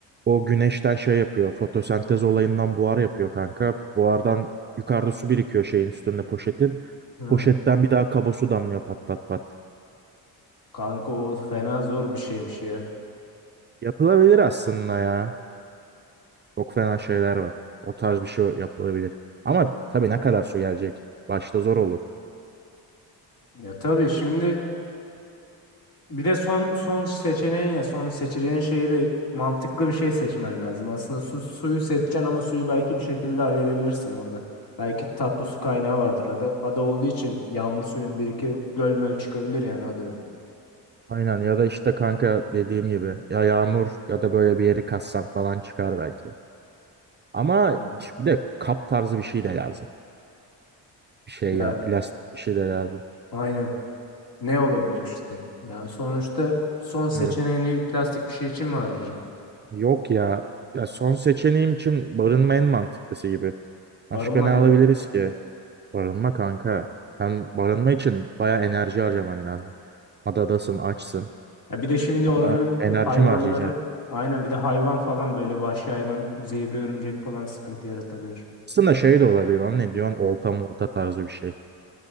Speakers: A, on the right; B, on the left.
A: O güneşten şey yapıyor. Fotosentez olayından buhar yapıyor kanka. Buhardan yukarıda su birikiyor şeyin üstünde poşetin.
B: Ha.
A: Poşetten bir daha kaba su damlıyor pat pat pat.
B: Kanka o fena zor bir şeymiş ya.
A: Yapılabilir aslında ya. Çok fena şeyler var. O tarz bir şey yapılabilir. Ama tabii ne kadar su gelecek? Başta zor olur.
B: Ya tabii şimdi bir de son son seçeneğin ya son seçeceğin şeyi de mantıklı bir şey seçmen lazım. Aslında su, suyu seçeceksin ama suyu belki bir şekilde halledebilirsin orada. Belki tatlı su kaynağı vardır. Ada, ada olduğu için yağmur suyu bir iki gölmöl çıkabilir yani adada.
A: Aynen ya da işte kanka dediğim gibi ya yağmur ya da böyle bir yeri kassam falan çıkar belki. Ama
B: Aynen.
A: işte bir de kap tarzı bir şey de lazım. Bir şey
B: Ya
A: ya plastik bir şey de lazım.
B: aynen. Ne olabilir işte? Ya sonuçta son seçeneğini
A: Bilmiyorum.
B: plastik bir şey için mi arayacaksın?
A: Yok ya. Ya son seçeneğim için barınma en mantıklısı gibi.
B: Barınma
A: Başka ne alabiliriz
B: değil mi?
A: ki? Barınma kanka. Hem barınma için baya enerji harcaman lazım. Adadasın, açsın.
B: Ya bir de şimdi
A: Ona
B: oranın
A: enerji
B: hayvanları
A: mi harcayacaksın?
B: aynen bir de hayvan falan böyle vahşi hayvan zehirli örümcek falan sıkıntı yaratabilir.
A: Aslında şey de olabilir. Onun ne diyorsun? Olta molta tarzı bir şey.